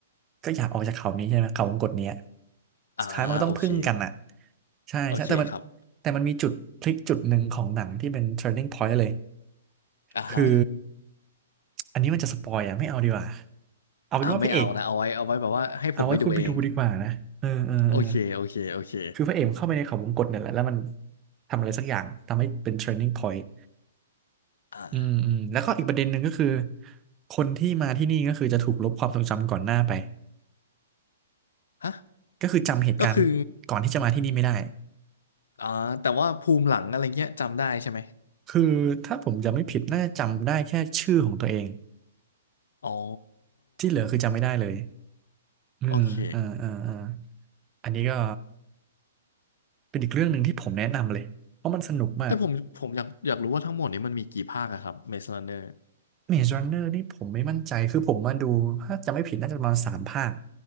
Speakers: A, on the right; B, on the left.
A: ก็อยากออกจากเขานี้ใช่ไหมเขาวงกตเนี้ย
B: อ่าโอเค
A: สุดท้ายมันก็ต้องพึ่งกันอ่ะใช่ใช่แต่มัน
B: โอเคครับ
A: แต่มันมีจุดพลิกจุดหนึ่งของหนังที่เป็น turning point เลย
B: อ่าฮะ
A: คืออันนี้มันจะสปอยอ่ะไม่เอาดีกว่า เอาเป็นว่าพระเอก
B: อ่าไม่เอานะเอาไว้เอาไว้แบบว่าให้ผมไปดูเอง
A: เอาไว้คุณไปดูดีกว่านะเออเออเออ
B: โอเคโอเคโอเค
A: คือพระเอกมันเข้าไปในเขาวงกตเนี่ยแหละแล้วมันทำอะไรสักอย่างทำให้เป็น turning point
B: อ่า
A: อืมอืมแล้วก็อีกประเด็นหนึ่งก็คือคนที่มาที่นี่ก็คือจะถูกลบความทรงจำก่อนหน้าไป
B: ฮะ
A: ก็คือจำเหตุการณ์ก่อนที่จะมาที่นี่ไม่ได้
B: ก็คืออ่าแต่ว่าภูมิหลังอะไรเงี้ยจำได้ใช่ไหม
A: คือถ้าผมจำไม่ผิดน่าจะจำได้แค่ชื่อของตัวเอง
B: อ๋อ
A: ที่เหลือคือจำไม่ได้เลย เออเออเออเออ
B: โอเค
A: อันนี้ก็เป็นอีกเรื่องหนึ่งที่ผมแนะนำเลยเพราะมันสนุกมาก
B: เอ้ยผมผมอยากอยากรู้ว่าทั้งหมดนี้มันมีกี่ภาคอะครับ Maze Runner
A: Maze Runner นี่ผมไม่มั่นใจ คือผมมาดูถ้าจำไม่ผิดน่าจะประมาณสามภาค